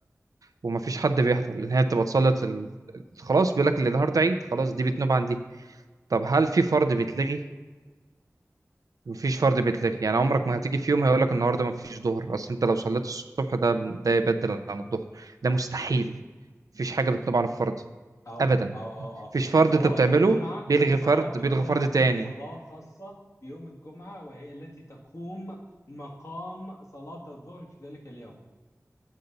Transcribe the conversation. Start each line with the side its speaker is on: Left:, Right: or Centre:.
Right: ومفيش حد بيحضر لان هي بتبقى اتصلت ال... خلاص بيقول لك اللي النهارده عيد خلاص دي بتنوب عن دي طب هل في فرض بيتلغي مفيش فرض بيتلغي يعني عمرك ما هتيجي في يوم هيقول لك النهارده مفيش ظهر اصل انت لو صليت الصبح ده ده يبدل عن الظهر ده مستحيل مفيش حاجه بتنوب عن الفرض
Left: اهو
Right: ابدا
Left: اهو اهو اهو
Right: مفيش فرض
Left: صلاه
Right: انت بتعمله
Left: الجمعه
Right: بيلغي
Left: صلاه
Right: فرض
Left: الجمعه
Right: بيلغي فرض تاني
Left: هي صلاه خاصه بيوم الجمعه وهي التي تقوم مقام صلاه الظهر في ذلك اليوم